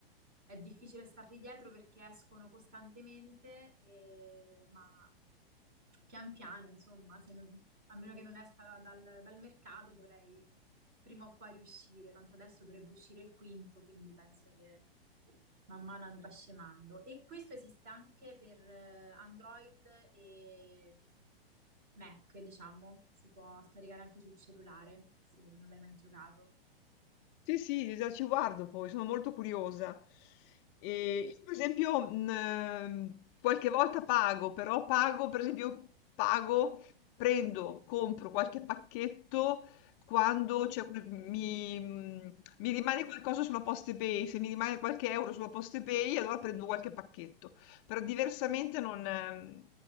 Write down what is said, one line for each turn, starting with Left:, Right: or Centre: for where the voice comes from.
Right: È difficile starli dietro perché escono costantemente, e- ma pian piano, insomma, se non- a meno che non esca dal, dal mercato, dovrei prima o poi riuscire, tanto adesso dovrebbe uscire il quinto, quindi penso che man mano andrà scemando. E questo esiste anche per eh, Android e Mac, diciamo, si può scaricare anche sul cellulare se non l'hai mai giocato.
Left: Sì, sì, già ci guardo poi, sono molto curiosa. Ehm, io per esempio, mhmm, qualche volta pago, però pago per esempio pago, prendo, compro qualche pacchetto quando c'è quel mi mhmm, mi rimane qualcosa sulla PostePay, se mi rimane qualche euro sulla PostePay allora prendo qualche pacchetto, però diversamente non ehm,